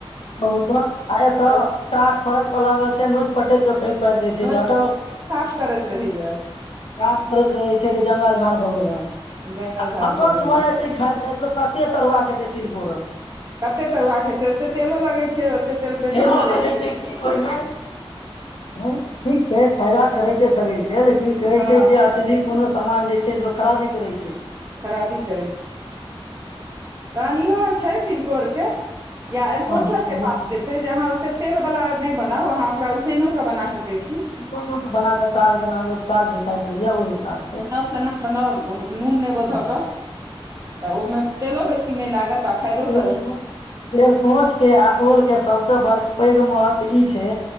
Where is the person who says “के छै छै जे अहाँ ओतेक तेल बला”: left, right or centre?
Right